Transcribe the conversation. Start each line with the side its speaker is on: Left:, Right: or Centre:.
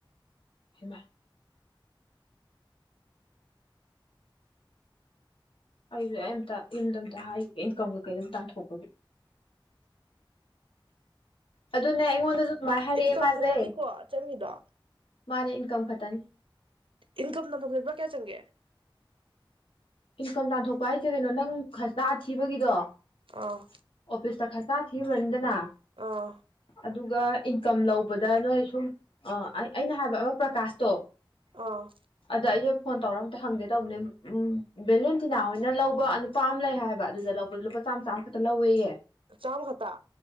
Left: ꯍꯩꯃꯥ ꯑꯩꯖꯨ ꯑꯩꯝꯇ ꯌꯨꯝꯗ ꯑꯃꯇ ꯍꯥꯏꯒꯤꯒꯦ ꯏꯟꯀꯝ ꯀꯩꯀꯩ ꯇꯥꯟꯊꯣꯛꯄꯒꯤ ꯑꯗꯨꯅꯦ ꯑꯩꯉꯣꯟꯗꯖꯨ ꯑꯃꯥꯏ ꯍꯥꯏꯔꯛꯑꯦ
Right: ꯏꯟꯀꯝ
Left: ꯃꯥꯖꯦ
Right: ꯈꯛꯇꯅꯤꯀꯣ ꯆꯪꯉꯤꯗꯣ
Left: ꯃꯥꯅꯦ ꯏꯟꯀꯝ ꯈꯛ ꯇꯥꯟ
Right: ꯏꯟꯀꯝ ꯇꯥꯟꯊꯣꯛꯄꯖꯦ ꯂꯨꯄꯥ ꯀꯌꯥ ꯆꯪꯒꯦ
Left: ꯏꯟꯀꯝ ꯇꯥꯟꯊꯣꯛꯄ ꯍꯥꯏꯖꯦ ꯀꯩꯅꯣ ꯅꯪ ꯈ꯭ꯁꯅꯥ ꯊꯤꯕꯒꯤꯗꯣ ꯑꯣꯐꯤꯁ
Right: ꯑꯥ
Left: ꯇ ꯈ꯭ꯁ ꯈ꯭ꯁꯅ ꯊꯤꯔꯨꯅꯤꯗꯅꯥ
Right: ꯑꯥ
Left: ꯑꯗꯨꯒ ꯏꯟꯀꯝ ꯂꯧꯕꯗ ꯅꯣꯏ ꯁꯨꯝ ꯑꯥ ꯑꯩꯅ ꯍꯥꯏꯕ ꯑꯃ ꯄ꯭ꯔꯀꯥꯁꯇꯣ
Right: ꯑꯥ
Left: ꯑꯗ ꯑꯩꯁꯦ ꯐꯣꯟ ꯇꯧꯔ ꯑꯝꯇ ꯍꯪꯒꯦ ꯇꯧꯕꯅꯦ ꯎꯝ ꯚꯦꯂꯦꯟꯇꯤꯅꯥ ꯍꯣꯏꯅ ꯂꯧꯕ ꯅꯨꯄꯥ ꯑꯃ ꯂꯩ ꯍꯥꯏꯕ ꯑꯗꯨꯗ ꯂꯧꯕꯗ ꯂꯨꯄꯥ ꯆꯥꯝ ꯆꯥꯝꯈꯛꯇ ꯂꯧꯋꯦꯌꯦ
Right: ꯆꯥꯝꯃꯥ ꯈꯛꯇ